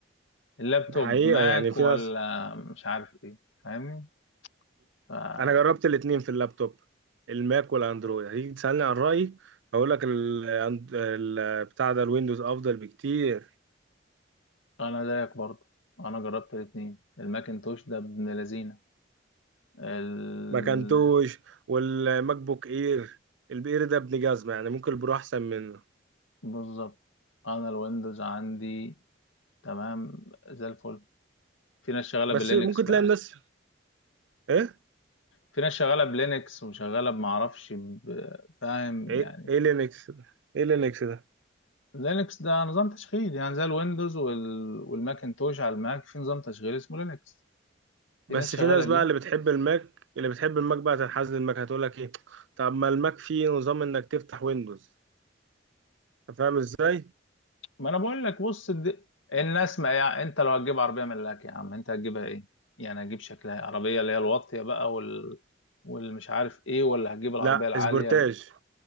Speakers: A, on the left; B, on the right.
A: اللابتوب
B: ده حقيقة
A: ماك
B: يعني في
A: ولا
B: ناس
A: مش عارف ايه فاهمني فأنا
B: انا جربت الاتنين في اللابتوب الماك والاندرويد هتيجي تسألني عن رأيي هقول لك ال... ال... بتاع ده الويندوز افضل بكتير
A: زيك برضه أنا جربت الاتنين الماكنتوش ده ابن لذينة ال...
B: مكنتوش والماك بوك اير الاير ده ابن جزمه يعني ممكن البرو احسن منه
A: بالظبط أنا الويندوز عندي تمام زي الفل في ناس شغالة
B: بس
A: باللينكس
B: ممكن
A: بقى
B: تلاقي الناس ايه
A: في ناس شغالة بلينكس وشغالة بمعرفش ب- فاهم
B: ايه
A: يعني
B: ايه لينكس ده؟ ايه لينكس ده
A: لينكس ده نظام تشغيل يعني زي الويندوز وال... والماكنتوش على الماك في نظام تشغيل اسمه لينكس في
B: بس
A: ناس شغاله
B: في ناس
A: بيه
B: بقى اللي بتحب الماك اللي بتحب الماك بقى تنحاز للماك هتقول لك ايه طب ما الماك فيه نظام انك تفتح ويندوز أنت فاهم ازاي
A: ما انا بقول لك بص الد... الناس ما يعني انت لو هتجيب عربيه ملاك يا عم انت هتجيبها ايه يعني هتجيب شكلها إيه؟ عربيه اللي هي الواطيه بقى وال... والمش عارف ايه ولا هتجيب العربيه
B: لا
A: العاليه
B: سبورتاج